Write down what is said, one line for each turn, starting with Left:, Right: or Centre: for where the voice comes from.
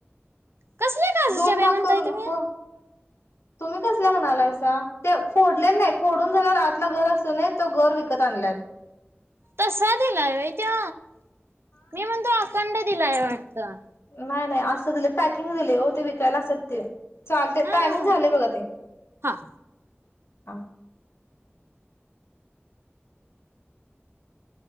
Right: कसल्या काजूच्या
Left: दोन
Right: बिया
Left: भाग
Right: म्हणताय
Left: करून,
Right: तुम्ही
Left: हो तुम्ही कस- म्हणालायसा? फोडले नाही फोडून झाल्यावर आतला गर असत तो गर विकत आणलात.
Right: तसा दिलाय व्हय त्यो? मी म्हणतो, अखंड दिलाय वाटतं?
Left: नाय, नाय, असं दिल, पॅकिंग दिलय ओ ते विकायला असत ते. चालते,
Right: हा
Left: टायमिंग झाले बघ ते.
Right: हा
Left: ह.